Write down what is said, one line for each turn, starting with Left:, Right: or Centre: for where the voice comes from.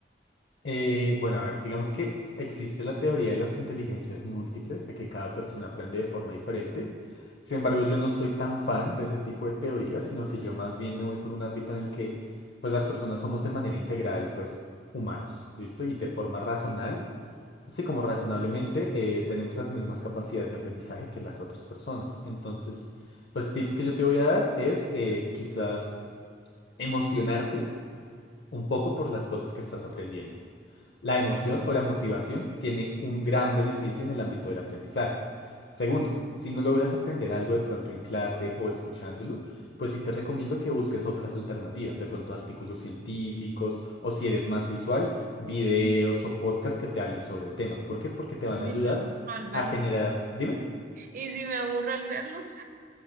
Left: Eh, bueno, a ver, digamos que existe la teoría de las inteligencias múltiples, de que cada persona aprende de forma diferente. Sin embargo, yo no soy tan fan de ese tipo de teorías, sino que yo más bien me voy por un ámbito en el que, pues, las personas somos de manera integral, pues, humanos, ¿listo? Y de forma razonal, así como razonablemente, eh, tenemos las mismas capacidades de aprendizaje que las otras personas. Entonces, pues, tips que yo te voy a dar es, eh, quizás emocionarte un poco por las cosas que estás aprendiendo. La emoción o la motivación tiene un gran beneficio en el ámbito del aprendizaje. Segundo, si no logras aprender algo de pronto en clase o escuchándolo, pues sí te recomiendo que busques otras alternativas, de pronto artículos científicos o si eres más visual, videos o podcasts que te hablen sobre el tema. ¿Por qué? Porque
Right: <laughs>
Left: te van
Right: ¿Y
Left: a
Right: si
Left: ayudar
Right: me aburro al verlos?
Left: a generar, dime,
Right: ¿Y si me aburro al verlos?